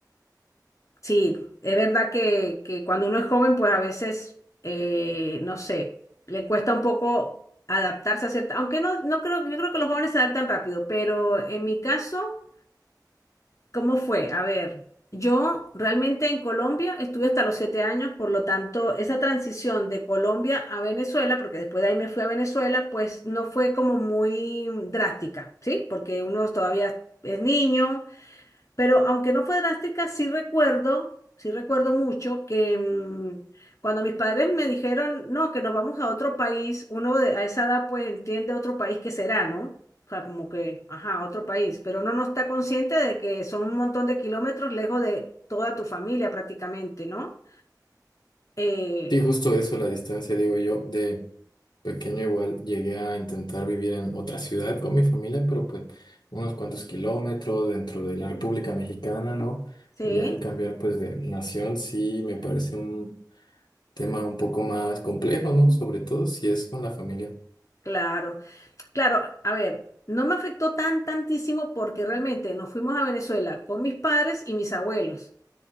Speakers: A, on the left (about 45°); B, on the left (about 85°).
A: Sí, es verdad que, que cuando uno es joven, pues a veces, eh, no sé, le cuesta un poco adaptarse a cierta, aunque no, no creo, yo creo que los jóvenes se adaptan rápido, pero en mi caso, ¿cómo fue? A ver, yo realmente en Colombia estuve hasta los siete años, por lo tanto, esa transición de Colombia a Venezuela, porque después de ahí me fui a Venezuela, pues no fue como muy drástica, ¿sí? Porque uno todavía es niño pero aunque no fue drástica, sí recuerdo, sí recuerdo mucho que mm, cuando mis padres me dijeron, no, que nos vamos a otro país, uno de, a esa edad pues entiende otro país que será, ¿no? O sea, como que, ajá, otro país, pero uno no está consciente de que son un montón de kilómetros lejos de toda tu familia prácticamente, ¿no? Eh,
B: Sí, justo eso, la distancia, digo yo, de pequeño igual llegué a intentar vivir en otra ciudad con mi familia, pero pues unos cuantos kilómetros dentro de la República Mexicana, ¿no?
A: sí,
B: Y ya el cambiar pues de nación sí me parece un tema un poco más complejo, ¿no? Sobre todo si es con la familia.
A: claro. Claro, a ver, no me afectó tan tantísimo porque realmente nos fuimos a Venezuela con mis padres y mis abuelos.